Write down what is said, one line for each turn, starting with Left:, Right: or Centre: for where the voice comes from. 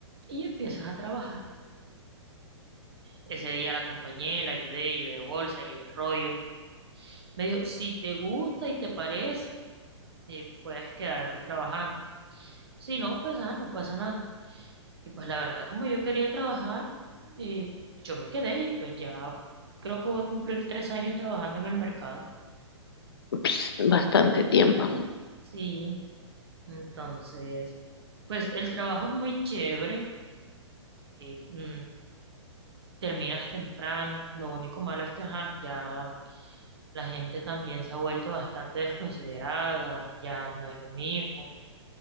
Right: Y empiezas a trabajar. Ese día la acompañé, la ayudé, llevé bolsa, llevé rollo. Me dijo, si te gusta y te parece, eh, puedes quedarte trabajando. Si no, pues ah, no pasa nada. Y pues la verdad, como yo quería trabajar, eh, yo me quedé y pues ya creo que voy a cumplir tres años trabajando en el mercado.
Left: Ups, bastante tiempo.
Right: Sí, entonces, pues el trabajo es muy chévere. eh, mm, terminas temprano. Lo único malo es que ajá, ya la gente también se ha vuelto bastante desconsiderada. Ya no es lo mismo.